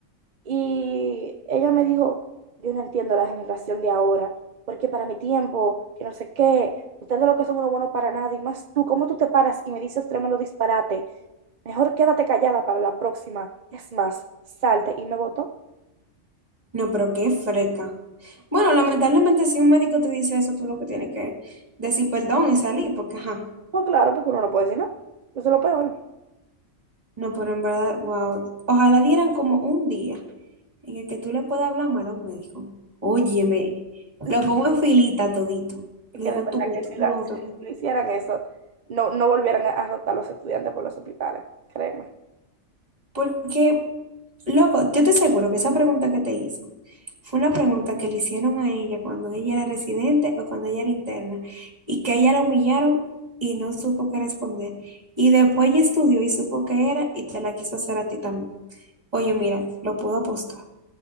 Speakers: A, on the right; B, on the right.
A: y ella me dijo, yo no entiendo la generación de ahora, porque para mi tiempo, que no sé qué, ustedes lo que son uno bueno para nada, y más tú, ¿cómo tú te paras y me dices tremendo disparate? Mejor quédate callada para la próxima. Es más, salte y me votó.
B: No, pero qué freca. Bueno, lamentablemente si un médico te dice eso, tú lo que tienes que decir perdón y salir, porque ajá,
A: Pues claro, porque uno no puede decir, ¿no? Eso es lo peor.
B: no, pero en verdad, wow, ojalá dieran como un día en el que tú le puedas hablar mal a un médico. Óyeme,
A: <laughs>
B: lo pongo en filita todito.
A: Es
B: Le
A: que
B: digo
A: de verdad
B: tú esto,
A: que si,
B: tú
A: la-
B: lo otro.
A: si le hicieran eso, no, no volvieran a a rotar los estudiantes por los hospitales, créeme.
B: Porque Loco, yo te aseguro que esa pregunta que te hizo fue una pregunta que le hicieron a ella cuando ella era residente o cuando ella era interna y que a ella la humillaron y no supo qué responder. Y después ella estudió y supo qué era y te la quiso hacer a ti también. Oye, mira, lo puedo apostar.